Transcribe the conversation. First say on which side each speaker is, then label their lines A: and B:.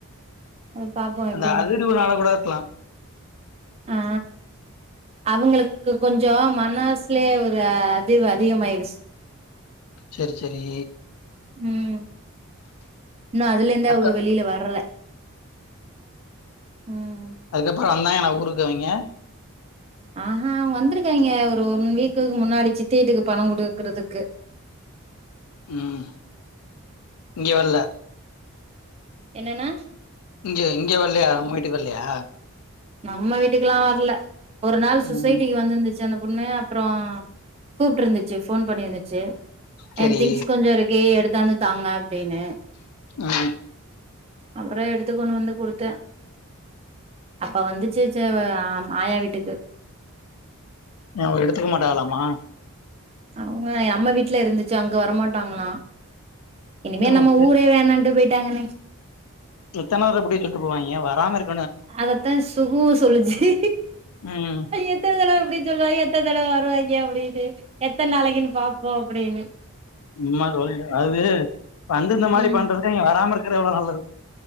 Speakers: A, on the right (about 25°); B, on the left (about 85°).
A: அத பார்ப்போ எப்படின்னு
B: அந்த அதிர்வுனால கூட இருக்கலாம்
A: ஆ அவங்களுக்கு கொஞ்சோ மனசுலயே ஒரு அதிவு அதிகமாயிடுச்சு
B: செரி செரி
A: ம் இன்னு அதிலருந்தே
B: அக்கா
A: அவங்க வெளியில வரல ம்
B: அதுக்கப்ப அப்பறோ வந்தாங்கன ஊருக்குஅவிங்க
A: ஆஹா வந்திருக்காங்க ஒரு ஒன் வீக்குக்கு முன்னாடி சித்தீட்டுக்கு பணோ குடுக்குறதுக்கு
B: ம் இங்கே வரல
A: என்னன்னா
B: இங்க இங்க வல்லையா உங்கவிட்டுகு வல்லையா
A: நம்ம வீட்டுக்கெல்லா வரல ஒரு நாள்
B: ம்
A: சொசைட்டிக்கு வந்திருந்துச்சு அந்த பொண்ணு அப்றோ கூப்பிட்டு இருந்துச்சு ஃபோன் பண்ணியிருந்துச்சு
B: சரி
A: என் திங்ஸ் கொஞ்ச இருக்கு எடு தனு தாங்க அப்டினு
B: ம்
A: அப்புறம் எடுத்து கொண்டு வந்து கொடுத் த அப்ப வந்துச்சு ச ஆயவேடு ட்டுக்கு
B: என்ன அவ எடுத்துக்க மாட்டாலமா
A: அவுங்க என் அம்ம வீட்ல இருந்துச்சு அங்க வரமாட்டாங்களாம் இனிமே
B: ம்
A: நம்ம ஊரே வேண்டான்டு போ அங்கனேச்சு
B: எத்தனை வரை <unintelligible> வராம இருக்
A: அதத்தான் சுகுவும் சொல்லுச்சு
B: ம்
A: எத்தன தடவ அப்டின்னு சொல்லுவாங்க எத்தன தடவ வருவாங்க அப்டின்னு எத்தனை நாளைக்குன்னு பாப்போம் அப்படின்னு
B: சும்மா சொல்ற அது வந்து இந்த மாதிரி
A: ம்
B: பண்றதுக்கு நீங்க வராம <unintelligible>